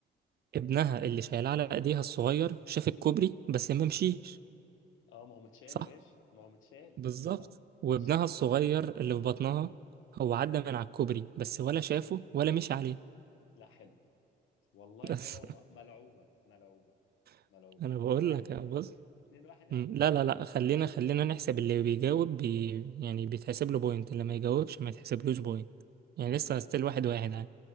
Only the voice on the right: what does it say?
ابنها اللي شايلاه على ايديها الصغير شاف الكوبري بس ما مشيش
صح
بالظبط
وابنها الصغير
اللي في بطنها هو عدى من على الكوبري بس ولا شافه ولا مشي عليه
بس
<laughs>
انا
بقول
لك يا بص
مم،
لا لا لا خلينا خلينا نحسب اللي بيجاوب بي يعني بيتحسب له بوينت اللي ما يجاوبش ما يتحسبلوش بوينت يعني
لسه
ستيل واحد واحد